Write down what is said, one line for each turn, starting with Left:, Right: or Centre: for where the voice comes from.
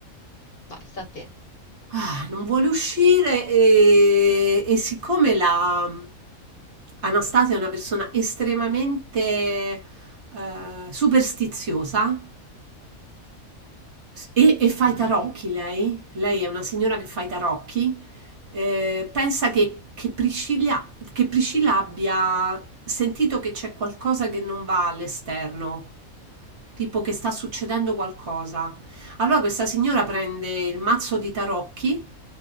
Left: Vai, sta a te.
Right: Ah, non vuole uscire e, e siccome la Anastasia è una persona estremamente eh, superstiziosa, e, e fa
Left: Ok.
Right: i tarocchi lei? Lei è una signora che fa i tarocchi. Eh, pensa che, che Priscilla, che Priscilla abbia sentito che c'è qualcosa che non va all'esterno, tipo che sta succedendo qualcosa. Allora questa signora prende il mazzo di tarocchi